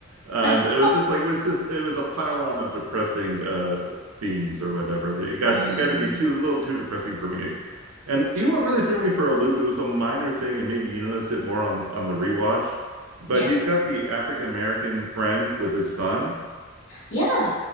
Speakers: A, on the right; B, on the left.
A: And
B: <laughs>
A: it was just like it was just it was a pile on of depressing uh themes or whatever. That it got
B: mm,
A: it got to be too a little too depressing for me. And you know what really threw me for a loop? It was a minor thing, and maybe you noticed it more on on the rewatch. But
B: yeah.
A: he's got the African American friend with his son,
B: Yeah.